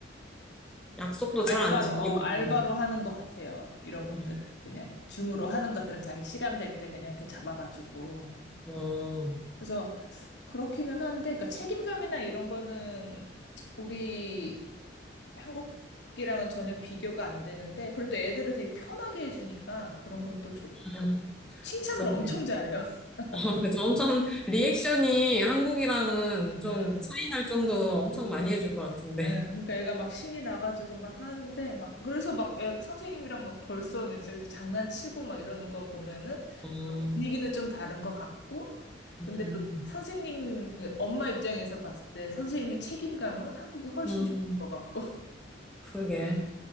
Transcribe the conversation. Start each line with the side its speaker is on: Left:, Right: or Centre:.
Centre: 약속도
Left: 알바로,
Centre: 잘 안 지키고
Left: 어, 알바로
Centre: 좀.
Left: 하는 것 같아요. 이런 것들을.
Centre: 음,
Left: 그냥 줌으로 하는 것들은 자기 시간 될 때 그냥 이렇게 잡아가지고.
Centre: 어,
Left: 그래서 그렇기는 한데, 그러니까 책임감이나 이런 거는 우리 한국이랑은 전혀 비교가 안 되는데, 그래도 애들을 되게 편하게 해주니까 그런 건 또 좋고.
Centre: 음,
Left: 칭찬을
Centre: 그럼.
Left: 엄청 잘해요. <laughs>
Centre: 아, 그죠. 엄청 리액션이 한국이랑은
Left: 네.
Centre: 좀 차이 날 정도로 엄청 많이 해줄 것 같은데.
Left: 예, 그러니까 애가 막 신이 나가지고 막 하는데 막 그래서 막 애, 선생님이랑 막 벌써는 이제, 이제 장난치고 막 이러는 거 보면은
Centre: 어,
Left: 그런 분위기는 좀 다른 것 같고
Centre: 음,
Left: 근데 또 선생님 엄마 입장에서 봤을 때 선생님의 책임감은 한국이 훨씬
Centre: 음,
Left: 좋을 것 같고 <laughs>
Centre: 그러게.